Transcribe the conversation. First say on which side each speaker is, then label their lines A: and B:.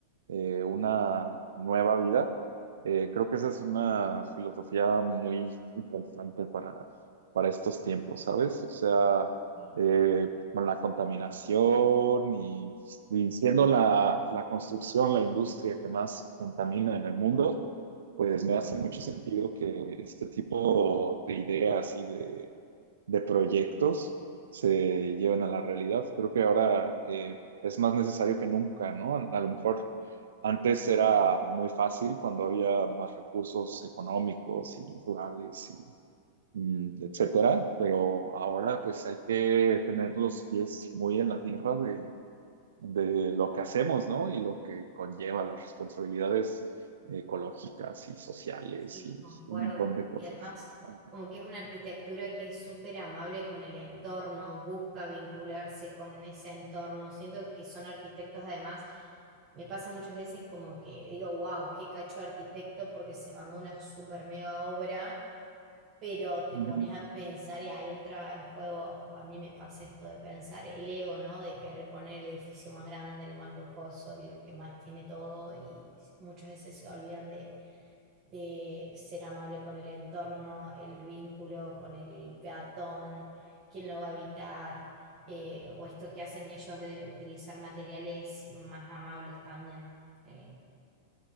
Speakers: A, on the right; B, on the right.
A: eh, una nueva vida. Eh, creo que esa es una filosofía muy importante para, para estos tiempos, ¿sabes? O sea,
B: sí,
A: eh, con la contaminación y, y siendo la, la construcción, la industria que más contamina en el mundo pues me hace mucho sentido que este tipo de ideas y de, de proyectos se lleven a la realidad. Creo que ahora eh, es más necesario que nunca, ¿no? A lo mejor antes era muy fácil cuando había más recursos económicos y naturales y mm, etcétera, pero ahora pues hay que tener los pies muy en la tierra de lo que hacemos, ¿no? Y lo que conlleva las responsabilidades ecológicas y sociales
B: sí,
A: y
B: concuerdo.
A: un montón de cosas.
B: y además
A: Ajá.
B: como que es una arquitectura que es súper amable con el entorno, busca vincularse con ese entorno. Siento que son arquitectos además, me pasa muchas veces como que digo, wow, qué cacho de arquitecto porque se mandó una súper mega obra pero te
A: Ujú.
B: pones a pensar y ahí entra en juego, o a mí me pasa esto de pensar el ego, ¿no? De querer poner el edificio más grande, el más lujoso, el que más tiene todo y muchas veces se olvidan de, de ser amable con el entorno, el vínculo con el peatón, quién lo va a habitar, eh, o esto que hacen ellos de utilizar materiales más amables también. Eh,